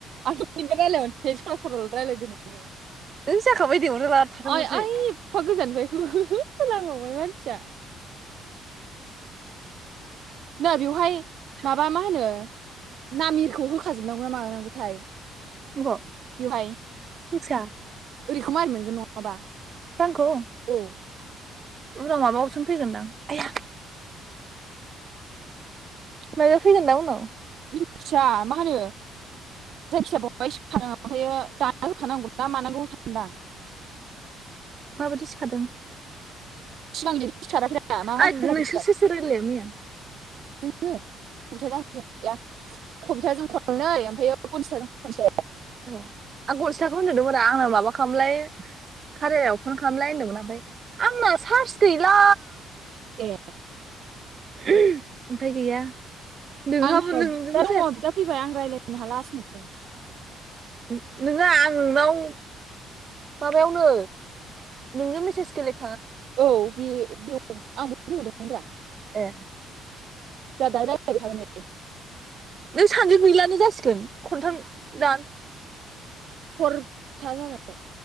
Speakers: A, on the right; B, on the right.
A: आंनि रायजलायहरसै सल सल रायजलायदो
B: ओइ जाखाबाय दे अरजाला थाथोंल'सै
A: आइ आइ एफा गोजाननिफ्राय हो हो हो खोनाबावबाय मानसिया ना बेवहाय
B: <unintelligible>
A: माबा मा होनो ना मिरखौ होखाजोबनांगौ ना मानांगौथाय
B: अबाव
A: बेवहाय
B: मिथिया
A: ओरैखौ मारै मोनगोन नङाबा
B: रांखौ
A: औ
B: उनाव माबा अबवसन फैगोनदां आइ हा माना फैगोनना दा उनाव
A: मिनथिया मा होनो जायखिया बहाय सिदों ओमफायो दाना होखानांगौ ना मानांगौ होनदां
B: माबायदि सिखादों
A: सिगांनि सिखाराखैा मा मा
B: ओइ
A: खैलाबाय
B: नोंसोर सोर सोर रायलाया मैया
A: जोङो कम्पिउटार ज कम्पिउटार जों नै ओमफायो खनसा जों मोनसे
B: आं गनजिथाखौ होन्दोंदोमोन रा आंनो माबा खालामलाय खारायाव फन खालामलाय होन्दोंमोन ओमफ्राय आंना चार्ज गैला
A: ए
B: ओमफाय गैया नोंहाबो
A: आं खो
B: नोंजोंबो
A: बिदा दङ
B: जायासै
A: बिदा फैबाय आं रायज्लायनो हाला <unintelligible>
B: ओ नोङा आं नोंनाव माबायावनो नोंजों मेसेज गेले
A: औ बे बेव आं बुंहदोंमोन रा
B: ए
A: जा दाय रा बाय थागोनदै
B: नों सानदोन गैलानो जासि दोन खनथाम दान
A: खर था जाबाय।